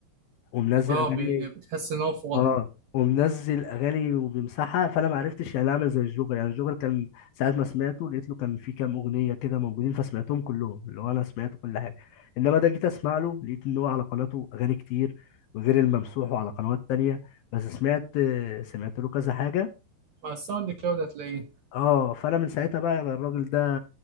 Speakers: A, on the left (about 70°); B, on the right (about 60°).
A: ومنزل
B: اه
A: اغاني
B: بي- بتحس ان هو فاضي
A: اه ومنزل اغاني وبيمسحها فانا ما عرفتش يعني اعمل زي الجوكر يعني الجوكر كان ساعات ما سمعته لقيت له كان في كام اغنيه كده موجودين فسمعتهم كلهم اللي هو انا سمعت كل حاجه انما ده جيت اسمع له لقيت ان هو على قناته اغاني كتير وغير الممسوح وعلى قنوات تانية بس سمعت سمعت له كذا حاجه
B: مع الساوند كلاود هتلاقيه
A: اه فانا من ساعتها بقى الراجل ده